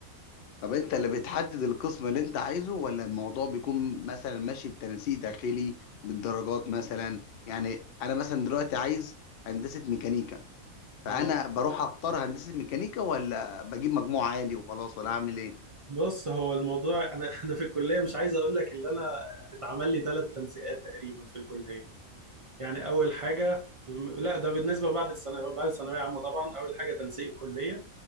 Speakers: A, on the left; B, on the right.
A: طب انت اللي بتحدد القسم اللي انت عايزه ولا الموضوع بيكون مثلا ماشي بتنسيق داخلي بالدرجات مثلا يعني انا مثلا دلوقتي عايز هندسه ميكانيكا فانا
B: آه.
A: بروح اختار هندسه ميكانيكا ولا بجيب مجموع عالي وخلاص ولا اعمل ايه
B: بص هو الموضوع انا <laughs> انا في الكليه مش عايز اقول لك اللي انا اتعمل لي ثلاث تنسيقات تقريبا في الكليه يعني اول حاجه لا ده بالنسبه بعد الثانويه بعد الثانويه عامه طبعا اول حاجه تنسيق الكليه